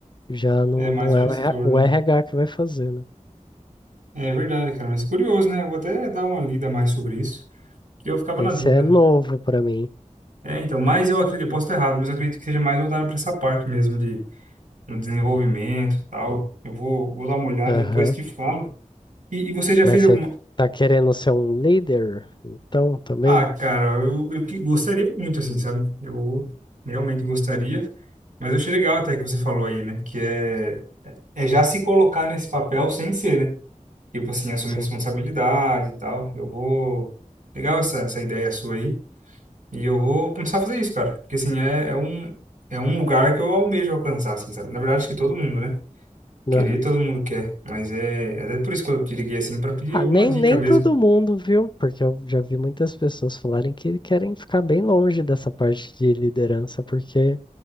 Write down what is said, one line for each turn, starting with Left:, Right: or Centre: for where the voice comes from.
Left: já não,
Right: É mais
Left: não
Right: o
Left: é
Right: gestor,
Left: o RH
Right: né?
Left: o RH que vai fazer, né?
Right: É verdade, cara, mas curioso, né? Eu Vou até dar uma lida mais sobre isso, que eu ficava
Left: Esse
Right: na dúvida.
Left: é novo para mim.
Right: É, então, mas eu acredito, eu posso estar errado, mas eu acredito que seja mais voltado para essa parte mesmo de no desenvolvimento, e tal. Eu vou, vou dar uma olhada
Left: Aham.
Right: e depois te falo. E, e você já
Left: Mas
Right: fez alguma?
Left: você tá querendo ser um líder? Então, também?
Right: Ah, cara, eu, eu que- gostaria muito assim, sabe? Eu realmente gostaria, mas eu achei legal até que você falou aí, né? Que é é já se colocar nesse papel sem ser, né? Tipo assim, assumir
Left: Sim.
Right: responsabilidade e tal. Eu vou Legal essa, essa ideia sua aí. E eu vou começar a fazer isso, cara. Porque, assim, é, é um, é um lugar que eu almejo alcançar, assim, sabe? Na verdade, acho que todo mundo, né? Querer,
Left: Aham.
Right: todo mundo quer. Mas é, é até por isso que eu te liguei, assim, pra pedir
Left: Ah,
Right: alguma
Left: nem,
Right: dica
Left: nem
Right: mesmo.
Left: todo mundo, viu? Porque eu já vi muitas pessoas falarem que querem ficar bem longe dessa parte de liderança, porque